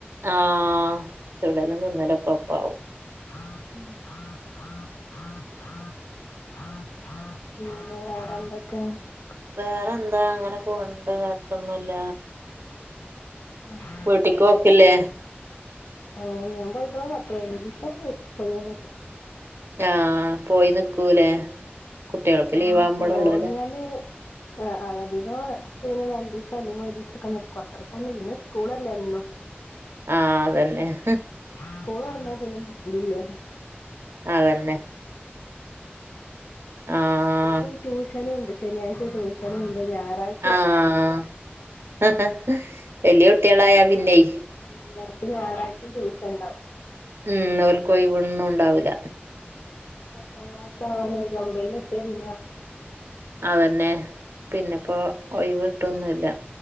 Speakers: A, on the right; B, on the left.
A: ആഹ് ചുടലും തിന്നലൊക്കെ ഒപ്പാവും.
B: ഉം പിന്നെ വേറെന്തൊക്കെയാ?
A: വേറെ എന്താ അങ്ങനെ പോണിണ്ട്. കൊഴപ്പൊന്നുല്ല.
B: മ്മ്
A: വീട്ടിക്ക് പോക്കില്ലേ?
B: ആഹ് ഞാൻ പോയിട്ട് പത്ത് പതിനഞ്ചൂസാറ്റായി പോയി വന്ന്ട്ട്.
A: ആഹ് പോയി നിക്കൂലേ? കുട്ടികൾക്ക് ലീവാവുമ്പളൊള്ളൂല്ലേ
B: ആഹ് പോയാല് ക്ക് അധികോ പിന്നെ രണ്ടീസം അല്ലെങ്കി ഒരീസൊക്കെ നിക്കു അത്ര തന്നെ, പിന്നെ സ്കൂളല്ലെ എന്നു.
A: ആഹ് അതന്നെ
B: ഇസ്ക്കൂള് തൊറന്നാ പിന്നെ നിക്കലില്ലാ
A: അതന്നെ. ആഹ്
B: ട്യൂഷനു ഉണ്ട്. ശനിയാഴ്ച ട്യൂഷനു ഉണ്ട്. ഞായറാഴ്
A: ആഹ്. വല്യ കുട്ട്യേളായാ പിന്നെയ്
B: മ്മ് അട്ത്ത ഞാറാഴ്ചയും ട്യൂഷന്ണ്ടാവും.
A: ഉം ഓൽക്കൊയിവൊന്നു ഉണ്ടാവൂല.
B: അഹ് ആഹ് അതാണ് ഈ ഒമ്പയിലെത്തിയാ പിന്നാ
A: അതന്നെ പിന്നെപ്പോ ഒയിവിട്ടൊന്നുല്ല.